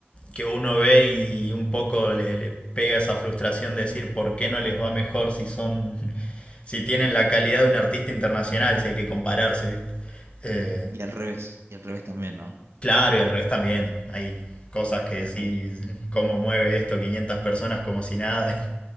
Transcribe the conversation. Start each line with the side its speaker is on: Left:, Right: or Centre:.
Left: que uno ve y un poco le, le pega esa frustración de decir por qué no les va mejor si son, <laughs> si tienen la calidad de un artista internacional, si hay que compararse. Eh,
Right: Y al revés, y al revés también, ¿no?
Left: claro, y al revés también. Hay cosas que
Right: Al,
Left: decís, <laughs> cómo mueve esto 500 personas como si nada.